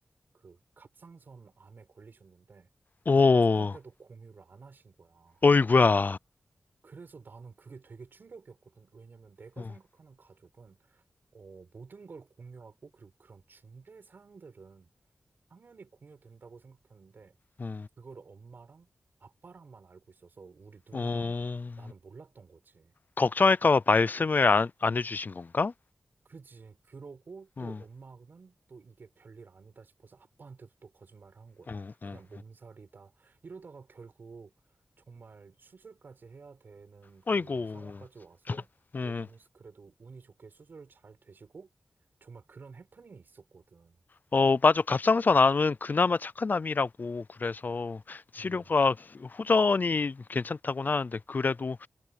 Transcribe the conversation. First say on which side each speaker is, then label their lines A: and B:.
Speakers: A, on the right (about 60°); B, on the left (about 55°).
A: 그 갑상선 암에 걸리셨는데
B: 어.
A: 가족한테도 공유를 안 하신 거야.
B: 어이구야.
A: 그래서 나는 그게 되게 충격이었거든. 왜냐면 내가
B: 어.
A: 생각하는 가족은 어, 모든 걸 공유하고, 그리고 그런 중대 사항들은 당연히 공유된다고 생각했는데,
B: 어.
A: 그거를 엄마랑 아빠랑만 알고 있어서 우리 누나랑
B: 어.
A: 나는 몰랐던 거지.
B: 걱정할까 봐 말씀을 안, 안 해주신 건가?
A: 그지. 그러고 또
B: 응,
A: 엄마는 또 이게 별일 아니다 싶어서 아빠한테도 또 거짓말을 한 거야.
B: 응,
A: 그냥
B: 응.
A: 몸살이다. 이러다가 결국 정말 수술까지 해야 되는
B: 어
A: 그
B: 아이고.
A: 상황까지 와서
B: 음.
A: 어머니 그래도 운이 좋게 수술 잘 되시고 정말 그런 해프닝이 있었거든.
B: 어, 맞아. 갑상선 암은 그나마 착한 암이라고 그래서 치료가
A: 음.
B: 호전이 괜찮다고는 하는데 그래도